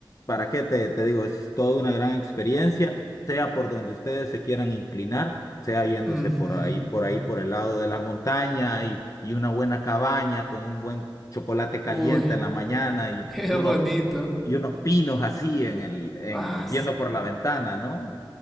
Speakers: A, on the left (about 40°); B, in the centre.
A: para qué te, te digo, es toda una gran experiencia, sea por donde ustedes se quieran inclinar, sea yéndose
B: Ujú.
A: por ahí, por ahí, por el lado de la montaña y, y una buena cabaña con un buen chocolate caliente
B: Uy,
A: en la mañana
B: <laughs>
A: y
B: qué
A: unos,
B: bonito.
A: y unos pinos así en el, en,
B: Ah,
A: viendo por la ventana, ¿no?